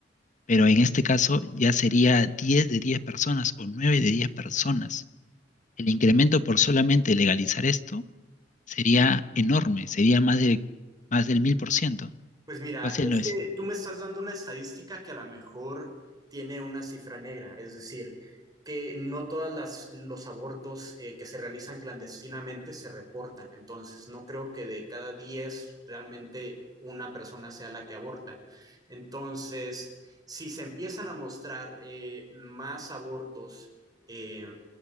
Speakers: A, on the left; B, on the right.
A: Pero en este caso ya sería 10 de 10 personas o 9 de 10 personas. El incremento por solamente legalizar esto sería enorme, sería más de, más del 1000%,
B: Pues mira,
A: casi
B: es
A: el 900.
B: que tú me estás dando una estadística que a lo mejor tiene una cifra negra, es decir, que no todas las los abortos eh, que se realizan clandestinamente se reportan. Entonces, no creo que de cada 10 realmente una persona sea la que aborta. Entonces, si se empiezan a mostrar eh, más abortos eh,